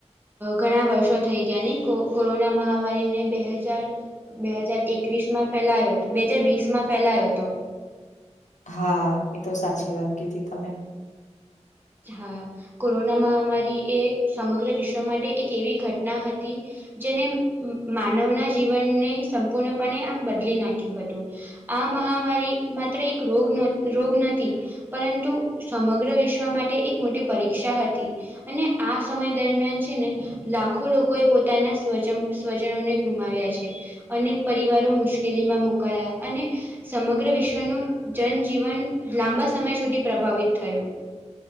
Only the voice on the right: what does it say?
ઘણા વર્ષો થઈ ગયા નહી, કો કોરોના મહામારીને બે હજાર બે હજાર એકવીસ માં ફેલાયો તો, બે હાજર વીસ માં ફેલાયો હતો.
હા. કોરોના મહામારી એ સમગ્ર વિશ્વ માટે એક એવી ઘટના હતી જેને માનવના જીવનને સંપૂર્ણપણે આમ બદલી નાખ્યું હતું. આ મહામારી માત્ર એક રોગ નો રોગ નથી, પરંતુ સમગ્ર વિશ્ શ્વ માટે એક મોટી પરીક્ષા હતી. અને આ સમય દરમિયાન છે ને લાખો લોકોએ પોતાના સ્વજમ સ્વજનોને ગુમાવ્યા છે. અનેક પરિવારો મુશ્કેલીમાં મુકાયા. અને સમગ્ર વિશ્વનું જનજીવન લાંબા સમય સુધી પ્રભાવિત થયું.